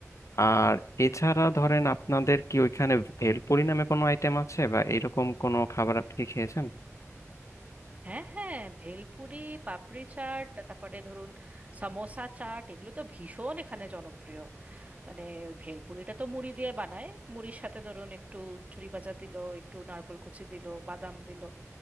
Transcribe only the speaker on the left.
আর এছাড়া ধরেন আপনাদের কি ওইখানে ভেলপুরি নামে কোনো আইটেম আছে বা এরকম কোনো খাবার আপনি কি খেয়েছেন